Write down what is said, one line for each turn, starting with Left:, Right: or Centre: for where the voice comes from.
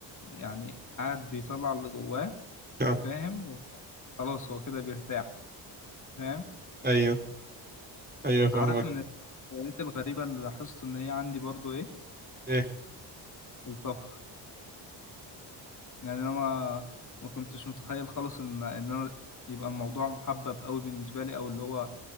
Left: يعني قاعد بيطلع اللي جواه
Right: <laughs> آه.
Left: فاهم وخلاص هو كده بيرتاح فاهم
Right: أيوه أيوه فاهمك
Left: عارف من الهوايات الغريبة اللي لاحظت ان هي عندي برضو ايه
Right: إيه
Left: الطبخ يعني انا ما ما كنتش متخيل خالص ان ان انا يبقى الموضوع محبب قوي بالنسبه لي او اللي هو